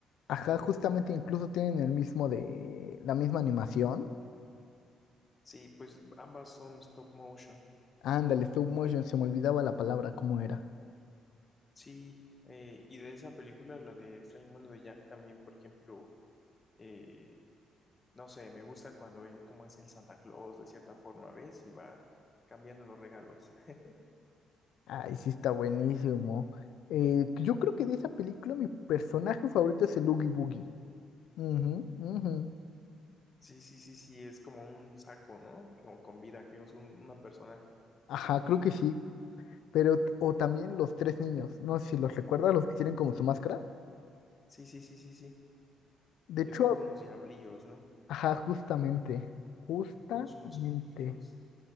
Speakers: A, on the left; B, on the left.
A: Ajá, justamente incluso tienen el mismo de, la misma animación.
B: Sí, pues ambas son stop motion.
A: Ándale, stop motion, se me olvidaba la palabra, ¿cómo era?
B: Sí, eh, y de esa película, la de Extraño Mundo de Jack, también, por ejemplo, eh, no sé, me gusta cuando él como es el Santa Claus, de cierta forma, ¿ves? Y va cambiando los regalos. <laughs>
A: Ay, sí está buenísimo. Eh, yo creo que de esa película mi personaje favorito es el Oogie Boogie. Ujú, ujú.
B: Sí, sí, sí, sí, es como un saco, ¿no? Con, con vida, que es un- una persona.
A: Ajá, creo que sí. Pero, t- o también los tres niños. No sé si los recuerdas, los que tienen como su máscara.
B: Sí, sí, sí, sí, sí,
A: De hecho,
B: que son como unos diablillos, ¿no?
A: ajá, justamente. Justamente.
B: Todos unos pillos.